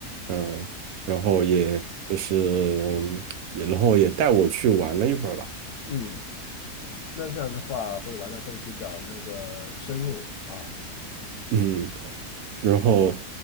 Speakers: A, on the right; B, on the left.
A: 嗯，然后也就是嗯也然后也带我去玩了一会儿吧。
B: 嗯，那这样的话会玩的会比较那个深入啊，
A: 嗯，然后